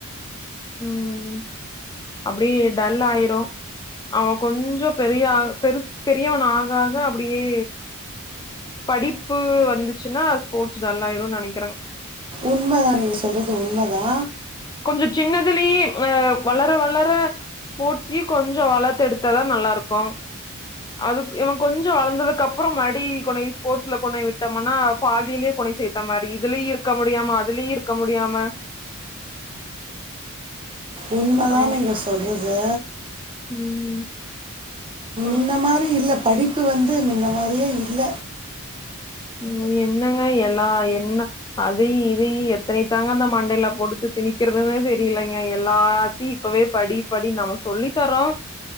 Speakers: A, on the left; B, on the right.
A: ம் ம் அப்படியே டல் ஆய்டும் அவ கொஞ்சோ பெரிய பெரு பெரியவ ஆகாக அப்டியே படிப்பு வந்துச்சுன்னா ஸ்போர்ட்ஸ் டல்லாயிரு நெனக்கிறேங்
B: உண்மதா நீங்க சொல்றது உண்மதா
A: கொஞ்சோ சின்னதுலேயே ஆ வளர வள வளர ஸ்போர்ட்ஸ்யும் கொஞ்சோ வளத்து எடுத்ததா நல்லா இருக்கு அதுக்கு இவன் கொஞ்சோ வளந்ததுக்கு அப்புறம் மடி கொன ஸ்போர்ட்ஸ்ல கொன விட்டோம்ன்னா பாதியிலே கொன சேத்த மாரி இதுலயு இருக்க முடியாம அதுலயு இருக்க முடியாம
B: உண்மதா
A: ஆ
B: நீங்க சொல்றது
A: ம் ம்
B: இந்த மாரி இல்ல படிப்பு வந்து மின்ன மாரியே இல்ல
A: ஐயோ என்னங்க எல்லா என்ன அதுயு இதயு எத்தனத்தாங்க அந்த மண்டையில பொடுத்து திணிக்கிறதுன்னே தெரியலங்க எல்லாத்தையு இப்பவே படி படி நம்ம சொல்லி தரோ